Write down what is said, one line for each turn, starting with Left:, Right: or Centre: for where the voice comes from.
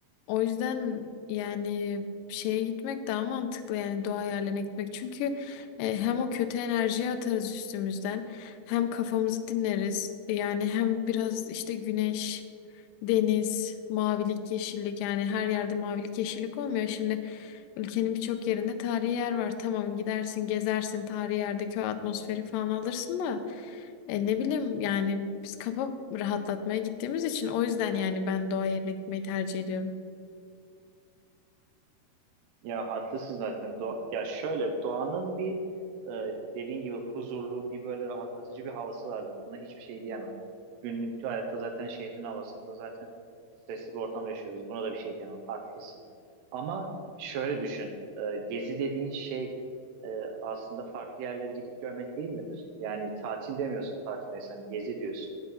Left: o yüzden yani şeye gitmek daha mantıklı yani doğa yerlerine gitmek çünkü e, hem o kötü enerjiyi atarız üstümüzden hem kafamızı dinleriz yani hem biraz işte güneş Deniz, mavilik, yeşillik yani her yerde mavilik, yeşillik olmuyor. Şimdi ülkenin birçok yerinde tarihi yer var. Tamam gidersin, gezersin, tarihi yerdeki o atmosferi falan alırsın da e, ne bileyim yani biz kafa rahatlatmaya gittiğimiz için o yüzden yani ben doğa yerine gitmeyi tercih ediyorum.
Right: Ya haklısın zaten. Doğa, ya şöyle doğanın bir e, dediğin gibi huzurlu bir böyle rahatlatıcı bir havası vardır. Buna hiçbir şey diyemem. Günlük hayatta zaten şehrin havasında zaten stresli bir ortamda yaşıyoruz. Buna da bir şey diyemem. Haklısın. Ama şöyle düşün. e, gezi dediğin şey e, aslında farklı yerlere gidip görmek değil midir? Yani tatil demiyorsun farkındaysan. Gezi diyorsun.